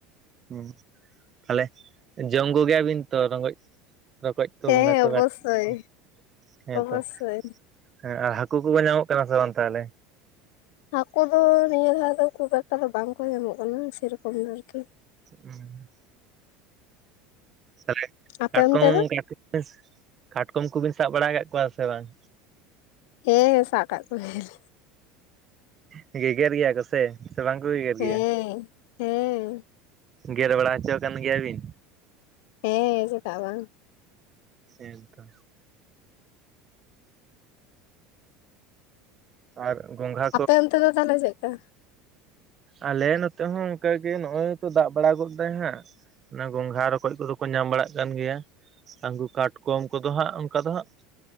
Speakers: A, on the right; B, on the left.
A: ᱦ ᱛᱟᱦᱚᱞᱮ ᱡᱚᱢ ᱠᱚᱜᱮᱭᱟᱵᱤᱱ ᱛᱚ ᱨᱚᱜᱪ ᱨᱚᱠᱚᱡᱼᱼ
B: ᱦᱮᱸ
A: ᱜᱚᱸᱜᱟ ᱠᱚ
B: ᱚᱵᱚᱥᱥᱳᱭ
A: <unintelligible> ᱦᱮᱸᱛᱚ᱾
B: ᱚᱵᱚᱥᱥᱳᱭ
A: ᱦᱮᱸ ᱟᱨ ᱦᱟᱹᱠᱩ ᱠᱚᱠᱚ ᱧᱟᱢᱚᱜ ᱠᱟᱱᱟ ᱥᱮ ᱵᱟᱝ ᱛᱟᱦᱚᱞᱮ?
B: ᱦᱟᱹᱠᱩ ᱫᱚ ᱱᱤᱭᱟᱹ ᱫᱷᱟᱣ ᱫᱚ ᱠᱷᱩᱵ ᱮᱠᱴᱟ ᱫᱚ ᱵᱟᱝᱠᱚ ᱧᱟᱢᱚᱜ ᱠᱟᱱᱟ ᱥᱮᱨᱚᱠᱚᱢ ᱫᱚ ᱟᱨᱠᱤ᱾
A: ᱦᱩᱸ᱾ ᱛᱟᱦᱮ
B: ᱟᱯᱮ
A: ᱠᱟᱴᱠᱚᱢ
B: ᱚᱱᱛᱮ ᱫᱚ
A: ᱛᱮ ᱠᱟᱴᱠᱚᱢ ᱠᱚᱵᱤᱱ ᱥᱟᱵ ᱵᱟᱲᱟ ᱟᱠᱟᱜ ᱠᱚᱣᱟ ᱥᱮ ᱵᱟᱝ?
B: ᱦᱮᱸ ᱥᱟᱵ ᱠᱟᱜ ᱠᱚᱜᱮᱭᱟᱞᱤᱧ᱾
A: ᱦᱮᱸ ᱜᱮᱜᱮᱨ ᱜᱮᱭᱟ ᱠᱚᱥᱮ ᱥᱮ ᱵᱟᱝ ᱠᱚ ᱜᱮᱜᱮᱨ
B: ᱦᱮᱸ
A: ᱜᱮᱭᱟ?
B: ᱦᱮᱸ
A: ᱜᱮᱨ ᱵᱟᱲᱟ ᱦᱚᱪᱚ ᱠᱟᱱ ᱜᱮᱭᱟᱵᱤᱱ?
B: ᱦᱮᱸ ᱪᱮᱫᱟᱜᱽ ᱵᱟᱝ᱾
A: ᱦᱮᱛᱚ᱾ ᱟᱨ ᱜᱚᱝᱜᱷᱟᱼᱼ
B: ᱟᱯᱮ ᱚᱱᱛᱮ ᱫᱚ ᱛᱟᱦᱚᱞᱮ ᱪᱮᱫ ᱞᱮᱠᱟ?
A: ᱟᱞᱮ ᱱᱚᱛᱮ ᱦᱚᱸ ᱚᱱᱠᱟᱜᱮ ᱱᱚᱜᱼᱚᱭ ᱛᱚ ᱫᱟᱜ ᱵᱟᱲᱟ ᱜᱚᱫ ᱫᱟᱭ ᱦᱟᱸᱜ᱾ ᱚᱱᱟ ᱜᱚᱝᱜᱷᱟ ᱨᱚᱠᱚᱡ ᱠᱚᱫᱚ ᱠᱚ ᱧᱟᱢ ᱵᱟᱲᱟᱜ ᱠᱟᱱ ᱜᱮᱭᱟ᱾ ᱟᱝᱜᱩ ᱠᱟᱴᱠᱚᱢ ᱠᱚᱫᱚ ᱦᱟᱸᱜ ᱚᱱᱠᱟ ᱫᱚ ᱦᱟᱸᱜᱼᱼ